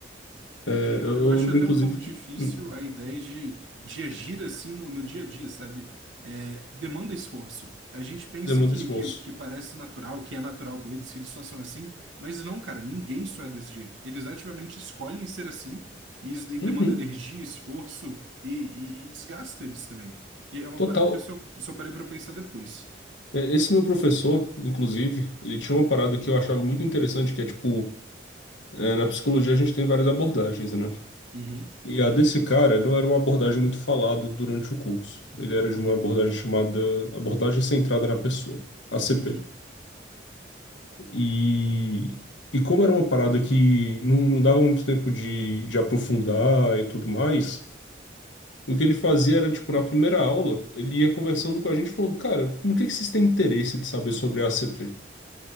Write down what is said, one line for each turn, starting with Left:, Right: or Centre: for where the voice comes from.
Left: É,
Right: É, eu,
Left: eu
Right: eu acho
Left: lembro,
Right: até
Left: inclusive,
Right: um pouco difícil
Left: que hum,
Right: a ideia de, de agir assim no, no dia a dia, sabe? É, demanda esforço. A gente pensa
Left: demanda
Right: que,
Left: esforço.
Right: que, que parece natural, que é natural deles, que eles só são assim, mas não, cara, ninguém só é desse jeito. Eles ativamente escolhem ser assim, e isso daí demanda
Left: Uhum,
Right: energia, esforço e, e, e desgasta eles também. E é uma
Left: total.
Right: parada que eu só, só parei pra pensar depois.
Left: É, esse meu professor, inclusive, ele tinha uma parada que eu achava muito interessante, que é tipo, é, na psicologia a gente tem várias abordagens, né?
Right: Uhum,
Left: E a desse cara não era uma abordagem muito falada durante o curso. Ele era de
Right: ok.
Left: uma abordagem chamada abordagem centrada na pessoa, ACP.
Right: Uhum,
Left: E, e como era uma parada que não, não dava muito tempo de, de aprofundar e tudo mais. O que ele fazia era, tipo, na primeira aula, ele ia conversando com a gente, falando, cara, no que que vocês têm interesse de saber sobre a ACP,